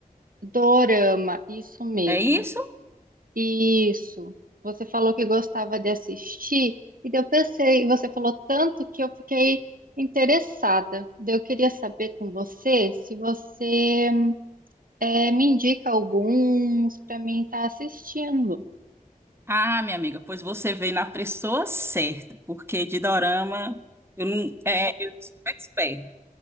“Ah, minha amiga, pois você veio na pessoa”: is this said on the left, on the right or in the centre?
Right